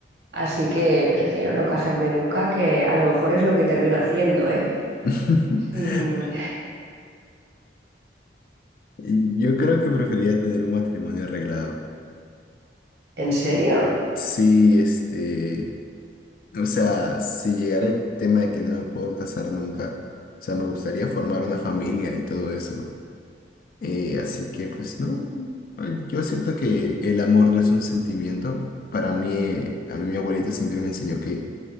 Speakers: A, on the right (about 70°); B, on the left (about 50°).
A: Así que prefiero no casarme nunca, que a lo mejor es lo que termino haciendo, ¿eh?
B: <laughs>
A: Sí, mm,
B: Yo creo que preferiría tener un matrimonio arreglado.
A: ¿en serio?
B: Sí, este, O sea, si llegara el tema de que no me puedo casar nunca, o sea, me gustaría formar una familia y todo eso. Eh, así que, pues, no, ay, yo siento que el amor no es un sentimiento. Para mí, eh, a mí mi abuelita siempre me enseñó que,